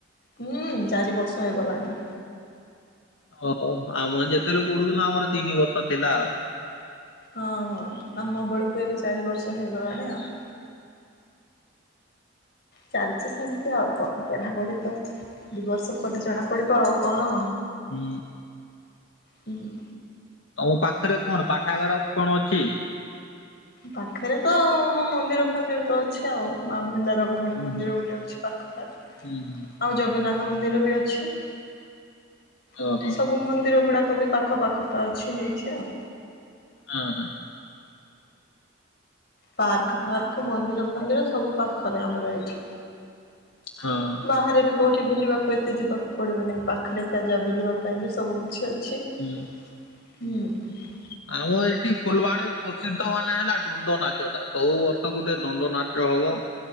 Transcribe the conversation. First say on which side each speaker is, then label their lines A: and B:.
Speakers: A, on the left; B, on the left.
A: ହୁଁ, ଚାରି ବର୍ଷ ହେଇଗଲାଣି।
B: ଓହୋ। ଆମର ଯେତେବେଳେ ପଡୁଥିଲା ଆମର ତିନି ବର୍ଷ ଥିଲା ଆଉ।
A: ହଁ ହଁ। ଆମ ବେଳକୁ ଏବେ ଚାରି ବର୍ଷ ହେଇଗଲାଣି ଆଉ। ଚାଲିଚି ସେମତି ଆଉ। କଣ ପଢ଼ାପଢ଼ି ତ ଦୁଇ ବର୍ଷ ପରେ ଜଣାପଡ଼ିବ ଆଉ କଣ।
B: ହୁଁ।
A: ହୁଁ।
B: ତମ ପାଖରେ କଣ ପାଠାଗାର କଣ ଅଛି?
A: ପାଖରେ ତ ହଁ ମନ୍ଦିର ଫନ୍ଦିର ତ ଅଛି ଆଉ। ମା ଭଣ୍ଡାର ଘ ମଣି
B: ହୁଁ
A: ମନ୍ଦିର
B: ହୁଁ।
A: ଗୋଟେ ଅଛି ପାଖଟା।
B: ହୁଁ
A: ଆଉ ଜଗନ୍ନାଥ ମନ୍ଦିର ବି ଅଛି। କିନ୍ତୁ
B: ଓହୋ
A: ସବୁ ମନ୍ଦିର ଗୁଡାକ ବି ପାଖ ପାଖ କା ଅଛି ହେଇଚି ଆଉ।
B: ହଁ ହଁ।
A: ପାର୍କ ଫାର୍କ ମନ୍ଦିର ଫନ୍ଦିର ସବୁ ପାଖରେ ଆମର ଏଇଠି।
B: ହଁ।
A: ବାହାରେ ବି କୋଉଠି ବୁଲିବାକୁ ଏତେ ଯିବାକୁ ପଡ଼ିବନି। ପାଖରେ ତା ଯା ବୁଲିବା ପାଇଁ ବି ସବୁ କିିଛି ଅଛି।
B: ଉଁ।
A: <unintelligible>
B: ଆଉ ଏଠି ଫୁଲବାଣୀ ପ୍ରସିଦ୍ଧ ମାନେ ହେଲା ଡୁ ଦଣ୍ଡ ନାଚ ଟା। ସବୁ ବର୍ଷ ଗୋଟେ ଦଣ୍ଡ ନାଚ ହବ।